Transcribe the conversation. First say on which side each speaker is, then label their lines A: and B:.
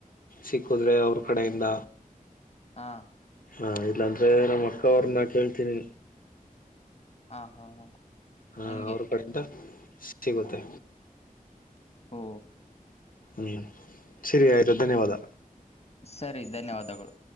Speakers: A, on the left (about 70°); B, on the left (about 45°).
A: ಸಿಕ್ಕಿದ್ರೆ ಅವ್ರ ಕಡೆಯಿಂದ.
B: ಹಾ.
A: ಹಾಂ ಇಲ್ಲಾಂದರೆ ನಮ್ಮ ಅಕ್ಕ ಅವ್ರನ್ನ ಕೇಳ್ತೀನಿ.
B: ಹಾ ಹಾ ಹಾ.
A: ಹಾ
B: ಹಂಗೆ
A: ಅವ್ರ ಕಡಿಂದ ಸಿಗುತ್ತೆ.
B: ಹ್ಮ.
A: ಹ್ಮ್ ಸರಿ ಆಯ್ತು ಧನ್ಯವಾದ.
B: ಸರಿ ಧನ್ಯವಾದಗಳು.